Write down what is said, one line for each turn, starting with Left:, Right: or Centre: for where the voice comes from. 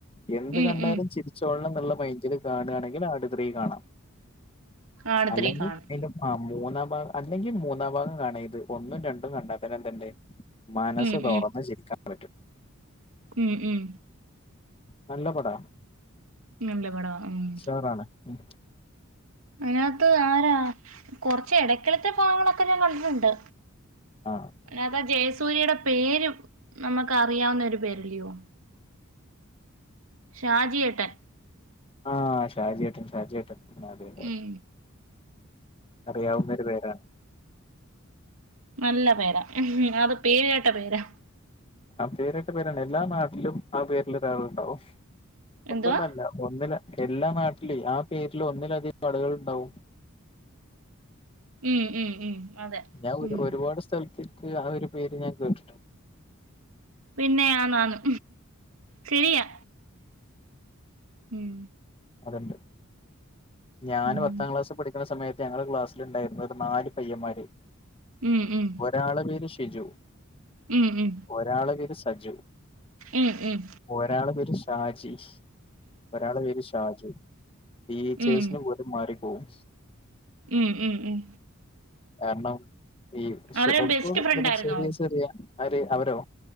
Left: എന്ത്
Right: ഉം
Left: കണ്ടാലും
Right: ഉം
Left: ചിരിച്ചോളണം എന്നുള്ള മൈൻന്റില് കാണയാണെങ്കിൽ ആട് ത്രി കാണാം
Right: ആട്
Left: അല്ലെങ്കി
Right: ത്രീ കാണും
Left: അയ്ലും ആഹ് മൂന്നാ ഭാഗം അല്ലെങ്കി മൂന്നാം ഭാഗം കാണാ ഇത് ഒന്നും രണ്ടും കണ്ടാത്തന്നെ എന്ത്ണ്ട് മനസ്സ്
Right: ഉം
Left: തൊറന്ന്
Right: ഉം
Left: ചിരിക്കാൻ പറ്റും.
Right: ഉം ഉം
Left: നല്ല പടാ
Right: നല്ല പടവാ ഉം
Left: ഷുവറാണ് ഉം
Right: അതിനാത്ത് ആരാ കുറച്ച് ഇടയ്ക്കിലത്തെ ഭാഗങ്ങളൊക്കെ ഞാൻ ക ണ്ടിട്ടെണ്ട്
Left: ആ
Right: അയ്നാത്ത് ആ ജയസൂര്യയുടെ പേരും നമുക്ക് അറിയാവുന്ന ഒരു പേരല്ലയോ ഷാജിയേട്ടൻ
Left: ആഹ് ഷാജിയേട്ടൻ ഷാജിയേട്ടൻ അതെ അതെ
Right: ഉം
Left: അറിയാവുന്നൊരു പേരാണ്
Right: നല്ല പേരാ അത് പേര്കേട്ട പേരാ
Left: ആഹ് പേരുകേട്ട പേരാണ് എല്ലാ നാട്ടിലും ആ പേരിലൊരാളുണ്ടാവും ഒന്നൊന്നല്ല
Right: എന്തുവാ
Left: ഒന്നില് എല്ലാ നാട്ടിലേ ആ പേരില് ഒന്നിലധികം കടകളിണ്ടാവും
Right: ഉം ഉം ഉം അതെ
Left: ഞാൻ
Right: ഉം
Left: ഒരുപാട് സ്ഥലത്തിക്ക് ആ ഒരു പേര് ഞാൻ കേട്ടിട്ടിണ്ട്
Right: പിന്നെ ആന്നാന്നു ശരിയാ ഉം
Left: അതെണ്ട് ഞാന്
Right: ഉം
Left: പത്താം ക്ലാസ് പഠിക്കണ സമയ ത്ത് ഞങ്ങടെ ക്ലാസ്സിൽ ഇണ്ടായിരുന്ന് ഒരു നാല് പയ്യന്മാര്
Right: ഉം ഉം
Left: ഒരാളെ പേര് ഷിജു
Right: ഉം ഉം
Left: ഒരാളെ പേര് സജു
Right: ഉം ഉം
Left: ഒരാളെ പേര് ഷാജി ഒരാളെ പേര് ഷാജു ടീച്ചേഴ്സിന്
Right: ഉം
Left: പോലും മാറിപ്പോവും
Right: ഉം ഉം ഉം
Left: കാരണം ഈ <unintelligible>
Right: അവര് ബെസ്റ്റ് ഫ്രണ്ട് ആയിരുന്നോ
Left: ചെറിയ ചെറിയ ആര് അവരോ?